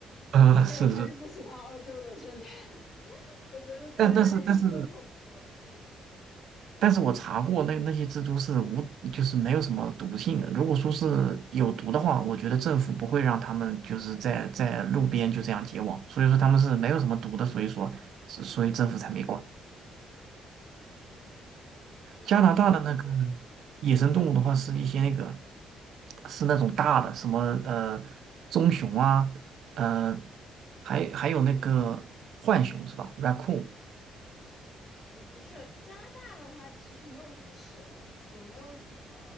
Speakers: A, on the right; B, on the left.
A: 呃，
B: 哦，我还是不喜欢澳洲的生态，
A: 是是，
B: <laughs> 我觉得加拿大已经够恐怖了。
A: 但但是但是但是我查过那那些蜘蛛是无，就是没有什么毒性的。如果说是有毒的话，我觉得政府不会让他们就是在在路边就这样结网，所以说他们是没有什么毒的，所以说所以政府才没管。
B: 哦，我就觉得，
A: 加拿大的那个
B: 我就，
A: 野生动物的话，
B: 嗯。
A: 是一些那个是那种大的，什么呃棕熊啊，呃，还还有那个浣熊是吧？raccoon
B: 呃，不是，加拿大的话，其实没有什么蛇，也没有什么